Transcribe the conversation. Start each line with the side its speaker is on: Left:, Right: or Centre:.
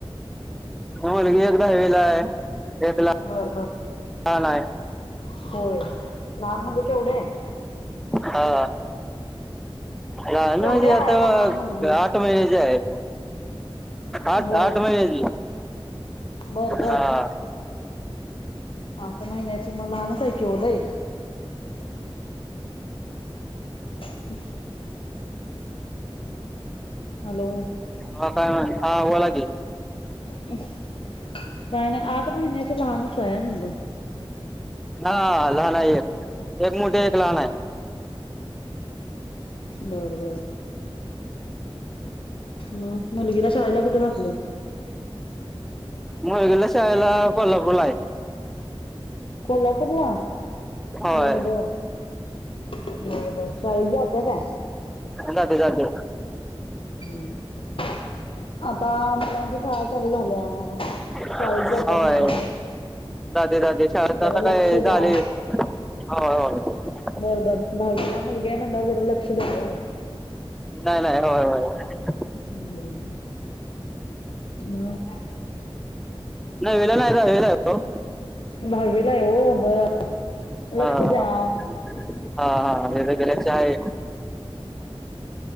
Centre: मुलगी एक दहावीला आहे एक ला
Left: बर बर
Centre: लहान आहे.
Left: होय लहान म्हणजे केवढे
Centre: हा लहान
Left: केवढे
Centre: म्हणजे
Left: आहे
Centre: आता
Left: लहान मुलगी
Centre: आठ महिन्याची आहे. आठ
Left: होय
Centre: आठ महिन्याची
Left: बर बर
Centre: हा
Left: आता महिन्याची मग लहानच आहे की ओ लई <inaudible> हॅलो
Centre: हा काय म्ह हा बोला की
Left: काय नाही आठ महिन्याची लहानच आहे म्हणलं.
Centre: हा लहान आहे एक एक मोठी एक लहान आहे.
Left: बर बर मग मुलगीला शाळेला कुठ घातलं.
Centre: मुलगीला शाळेला कोलपूरला ये.
Left: कोल्हापूर ला
Centre: होय
Left: बर बर ब बर शाळेत जात्या काय?
Centre: जाते जाते.
Left: हम्म आता मुलांच्या शाळा चालू झाल्या.
Centre: होय
Left: शाळेत जात्या का नाही
Centre: जाते जाते शाळात
Left: जरा
Centre: आता काय
Left: लक्ष द्या.
Centre: झाले. होय होय‌.
Left: बरं बर दहावीला मुलगी आहे म्हणल्यावर जरा लक्ष द्या ओ
Centre: नाही नाही होय होय.
Left: हम्म हम्म
Centre: नववीला नाई दहावीला आहे तो
Left: दहावीला आहे हो बर
Centre: हा
Left: लक्ष द्या.
Centre: हा हा हा